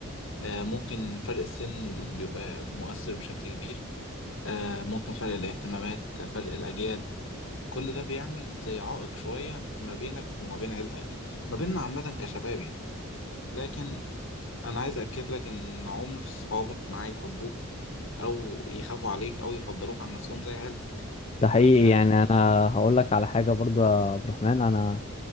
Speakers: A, on the left (about 60°); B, on the left (about 30°).
A: آه، ممكن فرق السن بيبقى مؤثر بشكل كبير آه، ممكن فرق الاهتمامات فرق الاجيال كل ده بيعمل زي عائق شوية ما بينك وما بين عيلتك ما بيننا عامة كشباب يعني لكن انا عايز اكد لك ان عمر صحابك معاه يحبوك او يخافوا عليك او يفضلوك عن نفسهم زي عيلتك
B: ده حقيقي
A: آه،
B: يعني انا هقول لك على حاجه برضو يا عبد الرحمن انا